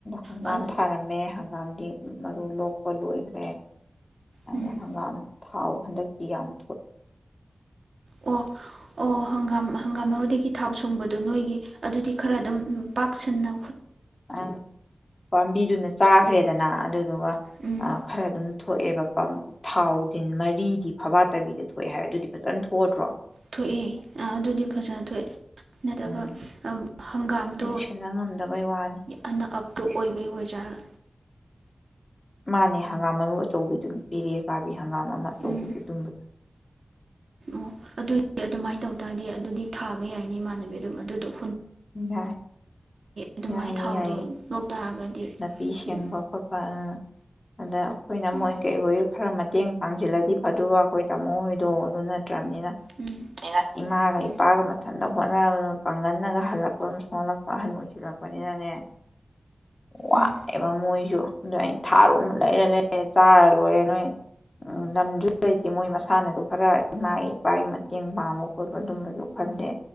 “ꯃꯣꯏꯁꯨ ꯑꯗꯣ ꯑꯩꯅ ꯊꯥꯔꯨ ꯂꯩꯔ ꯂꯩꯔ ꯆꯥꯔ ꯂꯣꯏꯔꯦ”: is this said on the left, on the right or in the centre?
Left